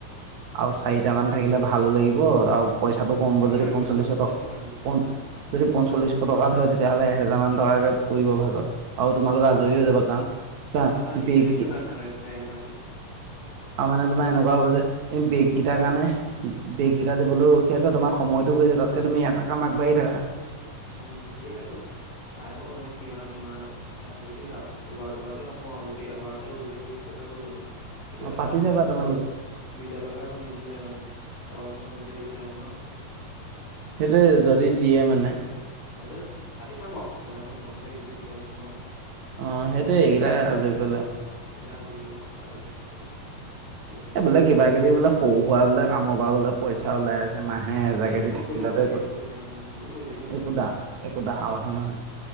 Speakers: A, on the right (about 65°); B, on the left (about 75°).
A: আৰু চাৰিটামান থাকিলে ভাল লাগিব আৰু পইচাটো কম
B: থাকি
A: যদি
B: ভাল লাগিব
A: পঞ্চল্লিছ
B: থাকি
A: টকা
B: ভাল লাগিব
A: পন যদি পঞ্চল্লিশ টকা ধৰে তেতিয়াহ'লে এহেজাৰ মান টকাকে পৰিব ভাগত। আৰু তোমালোক আজৰি
B: অ
A: হৈ যাবা কাৰণ চোৱা
B: অ তাত এনেই
A: বেইগ
B: থাকিলেও
A: গে আৰু
B: গাত নালাগে তেতিয়া এহেজাৰ দি
A: মানে তোমাৰ এনেকুৱা হ'ব যে এই বেগকেইটাৰ কাৰণে বেগকেইটা দিবলৈও ৰখি আছে, তোমাৰ সময়তো গৈ আছে তাতকে তুমি এটা কাম আগবাঢ়ি থাকা।
B: উম, সেইটোৱেতো, চাই লওঁ মানে কি হয় তোমাৰ এ, যদি দুবাৰ দুবাৰকে নকওঁ আৰু যদি এবাৰতে হৈ যায় কৰি তেয়'লে হৈ যাব। কিন্তু
A: অঁ
B: এটা
A: পাতি
B: কথা
A: চাবা
B: নহয়
A: তোমালোকে
B: ক বিদ্যালয়ৰপৰা এখন নিদিলে মানে কাগজখন দিলে দিগদাৰ হ'ব ন'।
A: সেইটোয়ে যদি দিয়ে মানে।
B: হয় দেউ পাতি চাম বাৰু, মই আ, প্ৰথমতে এইকেইটা দি লওঁচোন বাৰু।
A: অ' সেইটোয়ে এইকেইটা আজৰি কৰিলা।
B: এটা আজৰি লওঁ তাৰপিছত ভাবিম কি হয়।
A: এই বোলে কিবা কিবি বোলে সৰু সুৰা বোলে কামৰপৰা বোলে পইচা ওলাই আছে। পাছে মাহে এহেজাৰকে
B: এ সেইবোৰ
A: দি থাকিলতে
B: কৰি থাকিব পাৰি
A: গল,
B: সেইবোৰ কৰি থাকিব পাৰি সেইবোৰ কৰি থাকিব পাৰি
A: একো ডা ডা ডাঙৰ কথা নহয় নহয়।